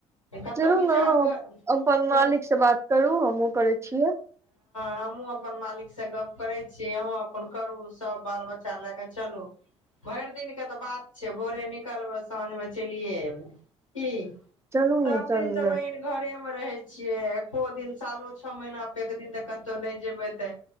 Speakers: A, on the left; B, on the right.
A: कतहु
B: चलू
A: विचार
B: ने अह
A: कर
B: अपन मालिक
A: कत
B: से बात कर करू हमहुँ करै छियै
A: हमहुँ अपन मालिक से गप करै छीियै अहॅं अपन करु सब बाल बच्चा लए क चलु भरि दििन के तऽ बात छै भोरे निकलबै साँझ मे चलियए एबै की
B: चलू
A: सब
B: ने चलबै
A: दिन दबाइन घरे रहै छियै छ दिन सालो छओ महीना परे एक दिन तऽ कतहु नहि जेबे ते